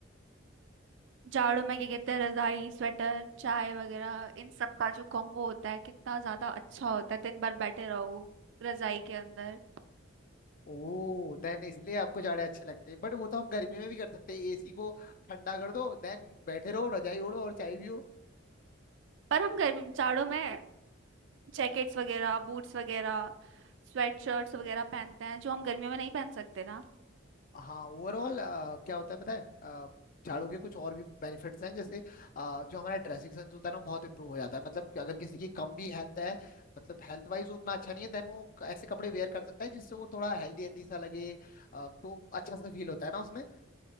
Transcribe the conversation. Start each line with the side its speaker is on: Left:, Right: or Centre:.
Right: जाड़ों में क्या कहते हैं रजाई स्वेटर चाय वगैरह इन सब का जो कॉम्बो होता है कितना ज्यादा अच्छा होता है दिन भर बैठे रहो रजाई के अंदर
Left: ओह देन इसलिए आपको जाड़े अच्छे लगते हैं बट वो तो हम गर्मी में भी कर सकते हैं एसी को ठंडा कर दो देन बैठे रहो रजाई ओढ़ो और चाय भी हो
Right: पर हम गर्मी जाड़ों में जैकेट्स वगैरह बूट्स वगैरह स्वेटशर्ट्स वगैरह पहनते हैं जो हम गर्मियों में नहीं पहन सकते ना
Left: हाँ ओवरऑल क्या होता है पता है अ, झाड़ू के कुछ और भी बेनिफिट्स हैं जैसे अ, जो हमारा ड्रेसिंग सेंस होता है ना बहुत इंप्रूव हो जाता है मतलब कि अगर किसी की कम भी हेल्थ है मतलब हेल्थ वाइज उतना अच्छा नहीं है देन वो ऐसे कपड़े वेयर कर सकता है जिससे वो थोड़ा हेल्दी हेल्दी सा लगे अ, तो अच्छा सा फील होता है ना उसमें